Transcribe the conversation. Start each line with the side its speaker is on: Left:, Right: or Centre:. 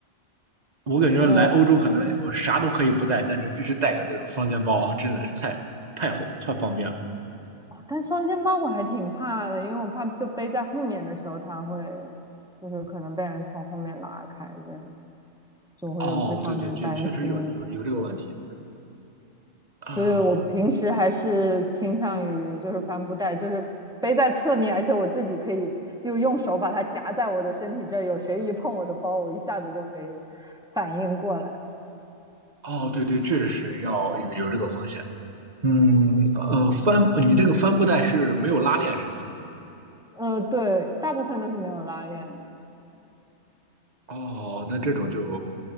Right: 我感觉来欧洲可能我啥都可以不带，
Centre: 然后，嗯。
Right: 但是必须带个这种双肩包啊，真的是太太好太方便了。
Centre: 哦，但双肩包我还挺怕的，因为我怕就背在后面的时候，它会就是可能被人从后面拉开，这样就会有这方面的担心。
Right: 哦，对对对，确实有有有这个问题。啊、
Centre: 所以我平时还是倾向于就是帆布袋，就是背在侧面，而且我自己可以就用手把它夹在我的身体这儿，有谁一碰我的包，我一下子就可以反应过来。
Right: 哦，对对，确实是要有有这个风险。嗯，呃，帆，你这个帆布袋是没有拉链是吧？
Centre: 呃，对，大部分都是没有拉链的。
Right: 哦，那这种就